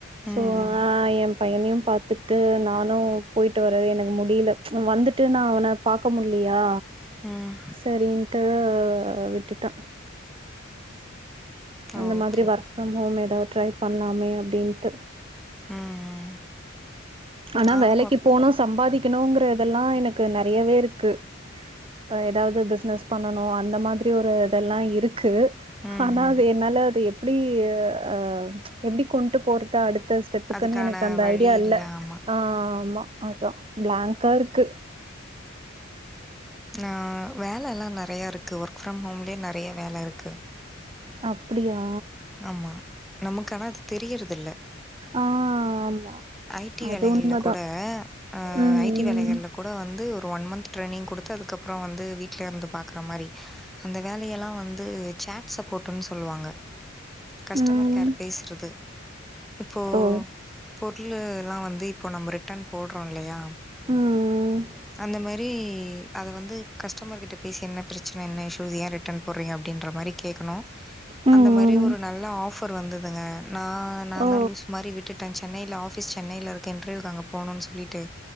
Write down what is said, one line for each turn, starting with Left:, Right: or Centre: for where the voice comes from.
Right: ஸோ
Centre: ம்
Right: நா
Centre: ம்
Right: ஏ பையனையு பாத்து ட்டு நானு போயிட்டு வர எனக்கு முடில வந்துட்டு நா அவன பாக்க முல்லியா
Centre: ம்
Right: செரின்னுட்டு விட்டுட்டே அந்த
Centre: ஓகே
Right: மாதிரி
Centre: ஓகே
Right: ஒர்க் ஃபிரம் ஹோம் எதா ட்ரை பண்லாமே அப்டின்ட்டு
Centre: ம் ம்
Right: ஆனா
Centre: நானு
Right: வேலைக்கு
Centre: ஒர்க்
Right: போனு சம்பாதி க்குணுங்கறதெல்லா எனக்கு நெறையாவே இருக்கு இப்ப எதாது பிஸ்னஸ் பண்ணணு அந்த மாதிரி ஒரு இதெல்லா இருக்கு
Centre: ம்
Right: ஆனா
Centre: ம்
Right: அத என்னால அது எப்டி அ எப்டி கொண்டு போறது அடுத்த ஸ்டெப்புக்குன்னு
Centre: அதுக்கான
Right: எனக்கு அந்த
Centre: வழி
Right: ஐடியா இல்ல
Centre: ஆமா
Right: ஆ ஆமா அதா பிளாங்கா இருக்கு
Centre: ஆ வேலல்லா நெறையா இருக்கு ஒர்க் ஃப்ரம் ஹோம்லே நெறையா வேல இருக்கு
Right: அப்டியா
Centre: ஆமா, நமக்கு ஆனா அது தெரியறதில்ல
Right: ஆ ஆமா
Centre: ஐ டி
Right: அது
Centre: வேலைகள்ல
Right: உண்மதா
Centre: கூட அ
Right: ம்
Centre: ஐ டி வேலைகள்ல கூட வந்து ஒரு ஒன் மந்த் ட்ரெயினிங் குடுத்து அதுக்கப்புறோ வந்து வீட்லே இருந்து பாக்குறே மாரி அந்த வேலை எல்லா வந்து சேட் சப்போட்டுன்னு சொல்லுவாங்க கஸ்டமர்
Right: ம்
Centre: கேர்
Right: ம்
Centre: பேசுறது, இப்போ
Right: ஓ
Centre: பொருளுலா வந்து இப்போ நம்ப ரிட்டன் போடுறோ இல்லையா
Right: ம்
Centre: அந்த மாரி அத வந்து கஸ்டமர் கிட்ட பேசி என்ன பிரச்சன என்ன இஷ்யூஸ் ஏ ரிட் ட்டன் போட்றீங்க அப்டின்ற மாரி கேக்கணு
Right: ம்
Centre: அந்த மாரி ஒரு நல்ல ஆஃபர் வந்ததுங்க நா நான்தா
Right: ஓ
Centre: லூசு மாரி விட்டு ட்ட சென்னைல ஆஃபிஸ் சென்னைல இருக்கு இன்டர்வியுக்கு அங்க போனுனு சொல்லிட்டு